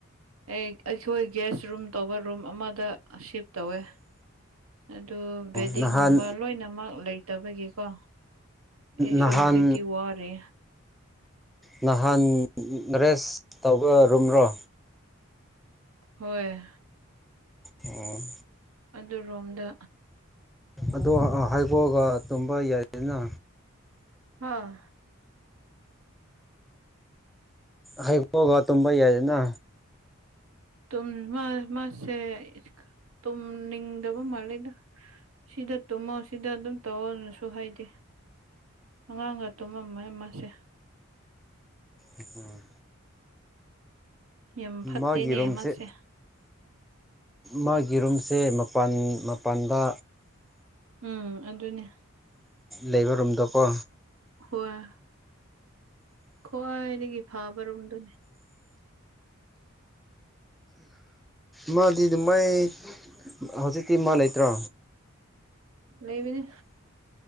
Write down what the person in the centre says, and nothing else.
ꯅꯍꯥꯟ
ꯅꯍꯥꯟ
ꯅꯍꯥꯟ ꯔꯦꯁ ꯇꯧꯕ ꯔꯨꯝꯔꯣ
ꯎꯝ
ꯑꯗ‌ꯣ ꯍꯥꯏꯒꯣꯛꯑꯒ ꯇꯨꯝꯕ ꯌꯥꯏꯗꯅ
ꯍꯩꯒꯣꯛꯑꯒ ꯇꯨꯝꯕ ꯌꯥꯏꯗꯅ
ꯎ ꯎꯝ
ꯃꯥꯒꯤ ꯔꯨꯝꯁꯦ
ꯃꯥꯒꯤ ꯔꯨꯝ ꯁꯦ ꯃꯄꯥꯟ ꯃꯄꯥꯟꯗ
ꯂꯩꯕ ꯔꯨꯝꯗꯀꯣ
ꯃꯥꯗꯤ ꯑꯗꯨꯃꯥꯏ ꯍꯧꯖꯤꯛꯇꯤ ꯃꯥ ꯂꯩꯇ꯭ꯔꯣ